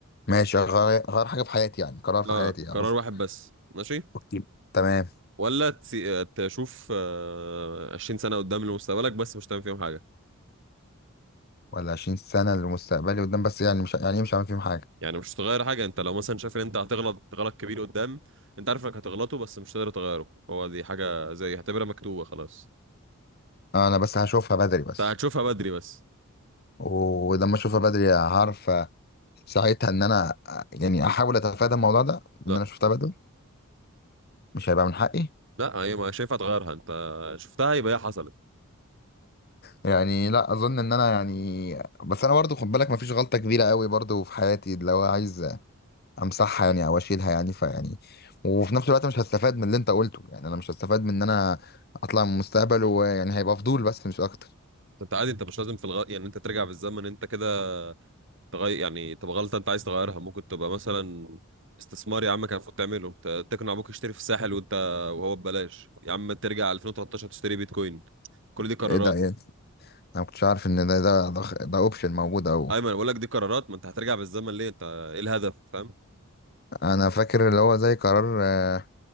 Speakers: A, on the left (about 45°); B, on the right (about 60°).
A: ماشي غير غير حاجة في حياتي يعني قرار في
B: اه
A: حياتي يعني
B: قرار
A: قصدي
B: واحد بس ماشي
A: أوكي. تمام
B: ولا تسي... تشوف آه... 20 سنة قدام لمستقبلك بس مش هتعمل فيهم حاجة
A: ولا 20 سنة لمستقبلي قدام بس يعني مش يعني مش هعمل فيهم حاجة
B: يعني مش هتغير حاجة انت لو مثلا شايف ان انت هتغلط غلط كبير قدام انت عارف انك هتغلطه بس مش هتقدر تغيره هو دي حاجة زي اعتبرها مكتوبة خلاص
A: انا بس هشوفها بدري بس
B: انت هتشوفها بدري بس
A: ولما اشوفها بدري هعرف ساعتها ان انا يعني احاول اتفادى الموضوع ده
B: لا
A: ان انا شفتها بدري مش هيبقى من حقي
B: لا هي ما شايفها تغيرها انت شفتها يبقى هي حصلت
A: يعني لا اظن ان انا يعني بس انا برضو خد بالك مفيش غلطه كبيره قوي برضو في حياتي لو عايز امسحها يعني او اشيلها يعني فيعني وفي نفس الوقت مش هستفاد من اللي انت قلته يعني انا مش هستفاد من ان انا اطلع من المستقبل ويعني هيبقى فضول بس مش اكتر
B: انت عادي انت مش لازم في الغ... يعني انت ترجع بالزمن انت كده تغير يعني تبقى غلطه انت عايز تغيرها ممكن تبقى مثلا استثمار يا عم كان المفروض تعمله ت- تقنع ابوك يشتري في الساحل وانت وهو ببلاش يا عم ترجع 2013 تشتري بيتكوين كل دي قرارات
A: ايه ده يعني انا ما كنتش عارف ان ده ده ده, ده اوبشن موجود او
B: ايمن بقول لك دي قرارات ما انت هترجع بالزمن ليه انت ايه الهدف فاهم
A: انا فاكر اللي هو زي قرار آه،